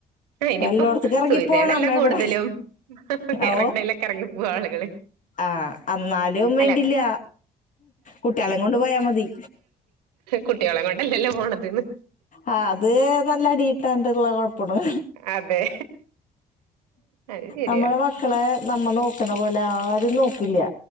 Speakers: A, on the right; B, on the left.
A: ഇനിയിപ്പോ
B: വല്ലോടത്തേക്ക് ഇറങ്ങിപ്പോണം
A: സൂയിസൈഡല്ല കൂടുതലും
B: എവിടെ
A: വേറങ്ങടേലൊക്കെ
B: ഓ
A: എറങ്ങിപ്പോവും ആളുകള്.
B: ആ അന്നാലും വേണ്ടില്ല
A: അല്ല
B: കുട്ടികളേം കൊണ്ട് പോയാ മതി.
A: കുട്ടികളേം കൊണ്ടല്ലല്ലോ പോണതിന്.
B: ആ അത് നല്ലടി കിട്ടാണ്ടൊള്ള കൊഴപ്പ അത്,
A: അതെ അത് ശരിയാ
B: നമ്മടെ മക്കളെ നമ്മ നോക്കണ പോലെ ആരും നോക്കില്ല